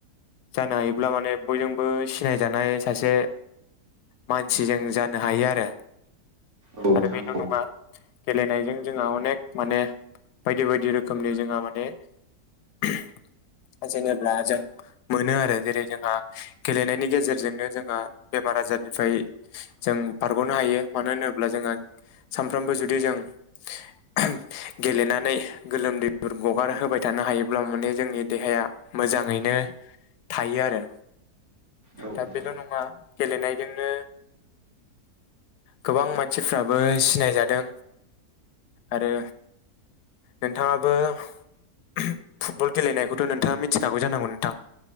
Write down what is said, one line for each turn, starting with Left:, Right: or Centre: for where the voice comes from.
Left: जानो हायोब्ला माने बयजोंबो सिनायजानाय सासे मानसि जों जानो हायो आरो
Right: औ नोंथां
Left: आरो बेल'
Right: औ
Left: नङा गेलेनायजों जोंहा अनेक माने बायदि बायदि रोखोमनि जोंहा माने <unintelligible> जेनेब्ला जों मोनो आरो जेरै जोंहा गेलेनायनि गेजेरजोंनो जोंहा बेमार आजारनिफ्राय जों बारग'नो हायो मानो होनोब्ला जोंहा सानफ्रोमबो जुदि जों <unintelligible> गेलेनानै गोलोमदैफोर गगार होबाय थानो हायोब्ला माने जोंनि देहाया मोजाङैनो थायो आरो
Right: औ नोंथां
Left: दा बेल' नङा गेलेनाय बेजोंनो गोबां मानसिफ्राबो सिनायजादों आरो नोंथाङाबो <unintelligible> फुटबल गेलेनायखौथ' नोंथाङा मिथिखागौ जानांगौ नोंथां